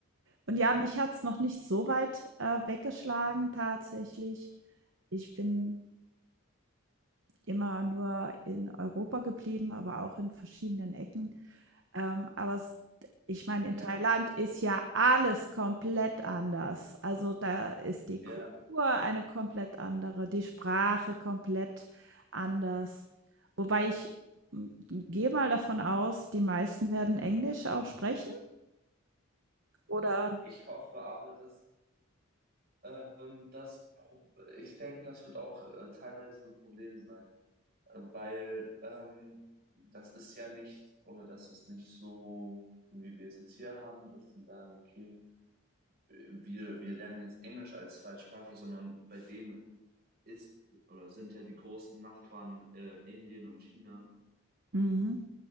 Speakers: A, on the right; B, on the right.
A: und ja, mich hat's noch nicht so weit, äh, weggeschlagen tatsächlich. Ich bin immer nur in Europa geblieben, aber auch in verschiedenen Ecken. Ähm, aber es ich meine,
B: Ja,
A: in Thailand ist ja alles komplett anders. Also da ist die Kultur
B: ja,
A: eine komplett andere, die Sprache komplett anders. Wobei ich m, gehe mal davon aus, die meisten werden Englisch auch sprechen, oder?
B: ich hoffe aber, dass ähm, das, Pro ich denke, das wird auch äh, teilweise ein Problem sein, äh, weil ähm, das ist ja nicht, oder das ist nicht so, wie wir es jetzt hier haben, dass sie sagen, okay, wir, wir lernen jetzt Englisch als Zweitsprache, sondern bei denen ist oder sind ja die großen Nachbarn äh, Indien und China.
A: Mhm.